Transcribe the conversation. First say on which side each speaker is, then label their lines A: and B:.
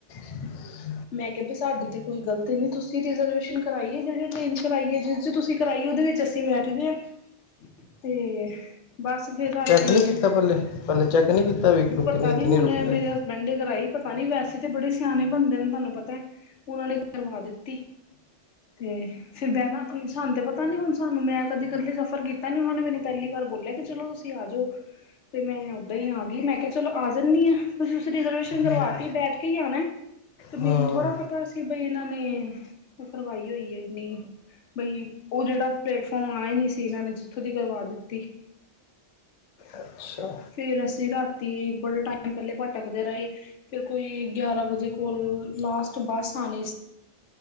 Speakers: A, on the left; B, on the left.
A: ਹ
B: ਮੈਂ ਕਿਹਾ ਸਾਡਡੀ ਤੇ ਕੋਈ ਗਲਤੀ ਨੀ ਤੁਸੀਂ ਰਿਰਵੇ ਕਰ ਜਿਹੜ ਟਨ ਜਿਸ ਤੁਸੀਂ ਕਰ ਉਹਦੇ ਵਿੱਚ ਅਸੀਂ ਬੈਠ ਗਏ ਹ ਤੇ ਬਸ ਫਰ ਰਾਤੀ
A: ਚੈੱਕ ਨਹੀਂ ਕੀਤਾ ਪੱਲੇ ਪੱਲੇ ਚੈੱਕ ਨਹੀਂ ਕੀਤਾ ਵੀ ਰੁਕਣੀ
B: ਪਤਾ
A: ਇੱਥੇ
B: ਨੀ ਹੁਣ
A: ਨਹੀਂ ਰੁਕਣੀ
B: ਮੇਰੇ ਹਸਬੈਂਡ ਨੇ ਕਰਾਈ ਪਤਾ ਨੀ ਵੈਸੇ ਤੇ ਬੜੇ ਸਿਆਣੇ ਬੰਦੇ ਨੇ ਤੁਹਾਨੂੰ ਪਤਾ ਉਹਨਾਂ ਨੇ ਕਰਵਾ ਦਿੱਤੀ ਤੇ ਫੇਿਰ ਮੈਂ ਨਾ ਸਾਨੂੰ ਤੇ ਪਤਾ ਨੀ ਹੁਣ ਸਾਨੂੰ ਮੈਂ ਕਦੀ ਕਦੇ ਲਈ ਸਫ਼ਰ ਕੀਤਾ ਨੀ ਉਹਨਾਂ ਨੇ ਮੈਨੂੰ ਪਹਿਲੀ ਵਾਰ ਬੋਲਿਆ ਕਿ ਚਲੋ ਤੁਸੀਂ ਆ ਜਾਓ ਤੇ ਮੈਂ ੱਦਾਂ ਹੀ ਆ ਗਈ ਮੈਂ ਕਿਹਾ ਚਲੋ ਆ ਜਾਂਦੀ ਹਾਂ ਤੁਸੀਂ ਉਸਧਰ ਕਰਵਾਤੀ
A: ਹਾਂ
B: ਬੈਠ ਕੇ ਹੀ ਆਉਣਾ ਤੇ
A: ਹਾਂ
B: ਮੈਨੂੰ ਥੋੜ੍ਹਾ ਪਤਾ ਸੀ ਬਈ ਇਹਨਾਂ ਨੇ ਉਹ ਕਰਵਾਈ ਹੋਈ ਹੈ ਇੰਨੀ ਬਈ ਉਹ ਜਿਹੜਾ ਪਲੇਟਫਾਰਮ ਆਉਣਾ ਨਹੀਂ ਸੀ ਇਹਨਾਂ ਨੇ ਜਿੱਥੋਂ ਦੀ ਕਰਵਾ ਦਿੱਤੀ
A: ਅੱਛਾ,
B: ਫੇਰ ਅਸੀਂ ਰਾਤੀ ਬੜੇ ਟਾਈਮ ਪਹਿਲੇ ਭਟਕਦੇ ਰਹੇ ਫੇਿਰ ਕੋਈ ਗਿਆਰਾਂ ਵਜੇ ਕੋਲ ਲਾਸਟ ਬੱਸ ਆਉਣੀ ਸੀ